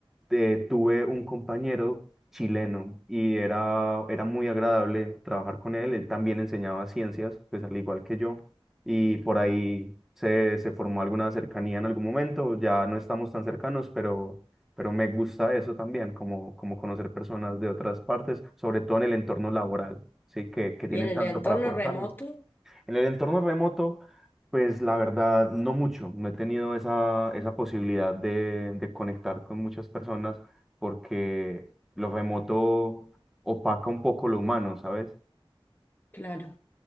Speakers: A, in the centre; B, on the left.
A: eh, tuve un compañero chileno y era, era muy agradable trabajar con él. Él también enseñaba ciencias, pues al igual que yo, y por ahí se, se formó alguna cercanía en algún momento. Ya no estamos tan cercanos, pero, pero me gusta eso también, como, como conocer personas de otras partes, sobre todo en el entorno laboral, ¿sí? Que, que tienen
B: Y en el
A: tanto
B: entorno
A: para aportarle.
B: remoto,
A: En el entorno remoto, pues la verdad, no mucho. No he tenido esa, esa posibilidad de, de conectar con muchas personas porque lo remoto opaca un poco lo humano, ¿sabes?
B: claro.